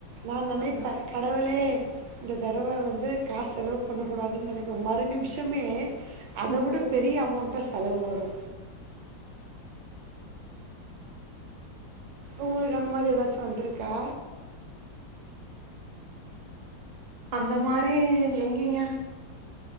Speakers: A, on the right; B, on the right.
A: நா நினைப்பே கடவுளே இந்த தடவ வந்து காச பண்ணக்கூடாதுன்னு நினைப்பே மறு நிமிஷமே அத
B: ம்
A: விட பெரிய அமௌண்டா செலவு வரு உங்களுக்கு அந்த மாரி ஏதாச்சு வந்திருக்கா
B: அந்த மாரி எங்கீங்க